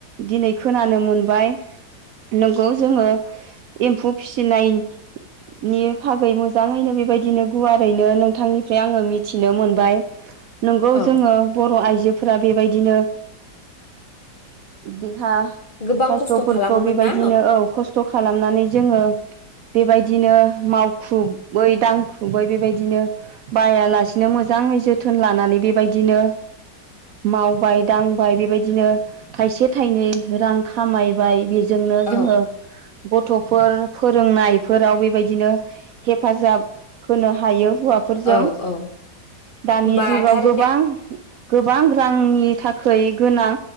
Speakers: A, on the right; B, on the left.
A: दिनै खोनानो मोनबाय नंगौ जोङो एम्फौ फिसिनायनि बागै मोजाङैनो बेबायदिनो गुवारैनो नोंथांनिफ्राय आङो मिथिनो मोनबाय नंगौ
B: औ
A: जोङो बर आइजो फोरा बेबायदिनो देहा
B: गोबां
A: साइस्थफोरखौ
B: खस्थ' खालामोमोन
A: बेबायदिनो
B: ना
A: औ खस्थ खालामनानै जोङो बेबायदिनो मावख्रुबै दांख्रुबै बेबायदिनो बायालासिनो मोजाङै जोथोन लानानै बेबायदिनो मावबाय दांबाय बेबायदिनो थाइसे थाइनै रां खामायबाय बे जोंनो जोङो
B: औ
A: गथफोर फोरोंनायफोराव बेबायदिनो हेफाजाब होनो हायो हौवाफोरजों
B: औ औ
A: दानि
B: होमबा
A: जुगाव
B: थारैनो
A: गोबां गोबां रांनि थाखै गोनां